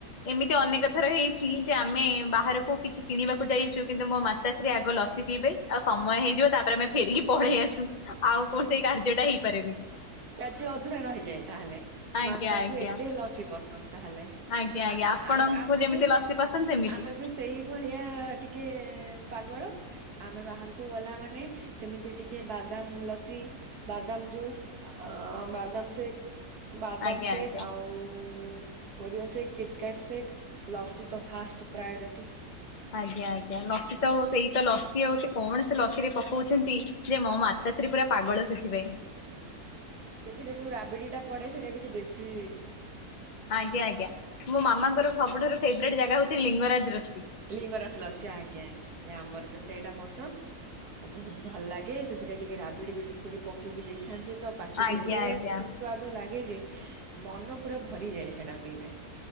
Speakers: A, on the left; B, on the right.
A: ଏମିତି ଅନେକ ଥର ହେଇଚି ଯେଆମେ ବାହାରକୁ କିଛି କିଣିବାକୁ ଯାଇଚୁ କିନ୍ତୁ ମୋ ମା ତାପରେ ଆଗ ଲସି ପିଇବେ ଆଉ ସମୟ ହେଇଯିବ ତାପରେ ଆମେ ଫେରିକି ପଳେଇ ଆସୁ ଆଉ କୌଣ ସେଇ କାର୍ଯ୍ୟଟା ହେଇପାରେନି। <inaudible>
B: କାର୍ଯ୍ୟ ଅଧୁରା ରହିଯାଇଏ ତାହେଲେ
A: ଆଜ୍ଞା
B: ମାତାଙ୍କୁ
A: ଆଜ୍ଞା
B: ଏତେ ଲସି ପସନ୍ଦ ତାହେଲେ।
A: ଆଜ୍ଞା ଆଜ୍ଞା
B: ଆଚ୍ଛା
A: ଆପଣଙ୍କୁ
B: ଆମେ ଆମେ
A: ଯେମିତି
B: ବି
A: ଲସିି ପସନ୍ଦ ସେମିତି।
B: ଆମେ ବି ସେଇ ଭଳିଆ ଟିକେ ପାଗଳ ଆମେ ବାହାରକୁ ଗଲା ମାନେ ସେମିତି ଟିକେ ବାଦାମ ଲସି ବାଦାମ ଜୁସ୍ ଅ ବାଦାମ ସେକ୍ ବାଦାମ
A: ଆଜ୍ଞା
B: ସେକ୍
A: ଆଜ୍ଞା।
B: ଆଉ ପରିବା ସେଟ୍ କିଟ୍ କାଟି୍ ସେଟ୍ ଲସି ତ ଫାଷ୍ଟ ପ୍ରାୟୋରିଟି
A: ଆଜ୍ଞା ଆଜ୍ଞା ଲସିତ ସେଇତ ଲସି ଆଉ ସେକଣ ସେଲସି ରେ ପକଉଚନ୍ତି। ଯେ ମୋ ମାତାଶ୍ରୀ ପୁରା ପାଗଳ ସେଥିପାଇଁ।
B: ସେଥିରେ ଯୋଉ ରାବିଡ଼ିଟା ପଡ଼େ ସେଟା ଟିକେ ବେଶି
A: ଆଜ୍ଞା ଆଜ୍ଞା ମୋ ମାମାଙ୍କର ସବୁଠାରୁ ଫେବରଟ୍ ଜାଗା ହଉଚି ଲିଙ୍ଗରାଜ ରୋ
B: ଲିଙ୍ଗରାଜ ଲସି ଆଜ୍ଞା ଆଜ୍ଞା ଆଜ୍ଞା ଆଜ୍ଞା ଆମରବି ସେଇଟା ପସନ୍ଦ। ଆଉ ବହୁତ୍ ଭଲ ଲାଗେ ସେଥିରେ ଟିକେ ରାବିଡି ବେଶୀ କରି ପକେଇକି ଦେଇଥାନ୍ତିତ ପାଟିକୁ
A: ଆଜ୍ଞା
B: ଏତେ
A: ଆଜ୍ଞା।
B: ସୁ ସ୍ାଦ ଲାଗେଯେ ମନ ପୁରା ଭରିଯାଏ ସେଟା ପିଇଲେ।